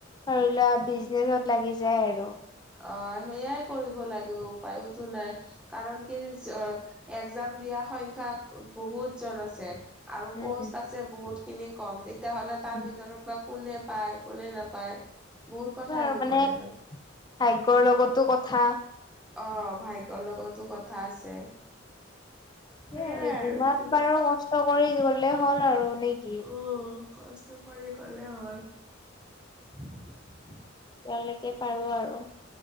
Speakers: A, on the left; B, in the centre.
A: ধৰি লোৱা বিজনেচত লাগি যায় আৰু।
B: অঁ সেইয়াই কৰিব লাগিব উপায়টো নাই। কাৰণ কি- এক্জাম দিয়া সংখ্যা বহুত জন আছে আৰু
A: উম,
B: পষ্ট আছে বহুত খিনি- কম তেতিয়াা হ'লে তাৰ
A: উম,
B: ভিতৰত বা' কোনে পায়, কোনে নাপায়। বহুত
A: সেইটো
B: কথা
A: আৰু
B: আহি
A: মানে
B: পৰে ন'।
A: ভাগ্যৰ লগতো কথা।
B: অঁ ভাগ্যৰ লগতো কথা আছে। সেয়াই
A: সেইয়াই আৰু। যিমান
B: কি
A: পাৰো কষ্ট কৰি গ'লে হ'ল আৰু। নে কি?
B: অঁ কষ্ট কৰি গ'লে হয়। উমঁ।
A: যেতিয়ালৈকে পাৰো আৰু।